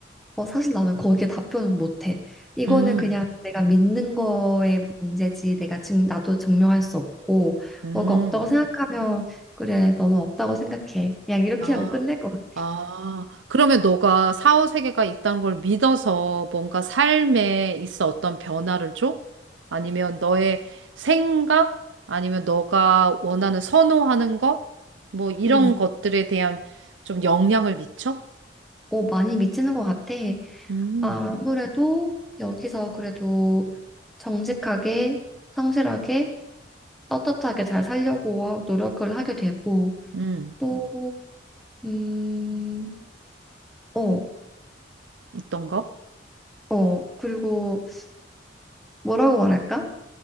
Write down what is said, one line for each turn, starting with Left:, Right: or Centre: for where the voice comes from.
Centre: 어, 사실 나는 거기에 답변은 못해. 이거는
Right: 음,
Centre: 그냥 내가 믿는 거의 문제지. 내가 지금 나도 증명할 수 없고
Right: 음,
Centre: 너가 없다고 생각하면 그래 너는 없다고 생각해. 그냥 이렇게
Right: 아,
Centre: 하고 끝낼 것 같아.
Right: 아. 그러면 너가 사후세계가 있다는 걸 믿어서 뭔가 삶에 있어 어떤 변화를 줘? 아니면 너의 생각? 아니면 너가 원하는 선호하는 것? 뭐 이런
Centre: 음.
Right: 것들에 대한 좀 영향을 미쳐?
Centre: 오 많이 미치는 것 같아.
Right: 음,
Centre: 아, 음, 아무래도 여기서 그래도 정직하게, 성실하게, 떳떳하게 잘 살려고 노력을 하게 되고,
Right: 음,
Centre: 또, 음, 어,
Right: 어떤 거?
Centre: 어, 그리고 뭐라고 말할까?